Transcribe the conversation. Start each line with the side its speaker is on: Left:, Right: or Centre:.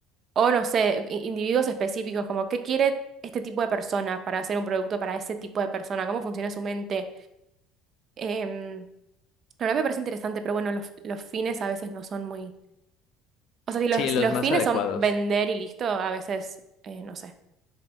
Right: O no sé, i- individuos específicos, como qué quiere este tipo de persona para hacer un producto para ese tipo de persona, cómo funciona su mente. Em, la verdad me parece interesante, pero bueno, los, los fines a veces no son muy... O sea, si los,
Left: Sí, los
Right: si los
Left: más
Right: fines
Left: adecuados.
Right: son vender y listo, a veces, eh, no sé.